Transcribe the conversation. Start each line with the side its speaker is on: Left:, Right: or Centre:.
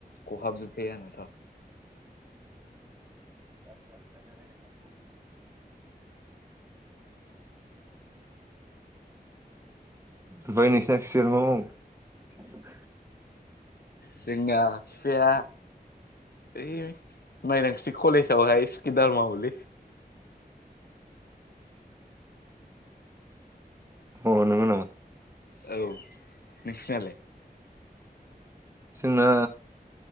Left: खहाब जोबखायो आंनाथ।
Right: <inaudible> ओमफ्राय नोंसिना फिफाया मा मावो।
Left: जोंना बिफाया ओइ माइदां स्रि कलेजावहाय सुकिदार मावोलै।
Right: अ नंगौ नामा।
Left: औ नोंसिनालाय?
Right: जोंना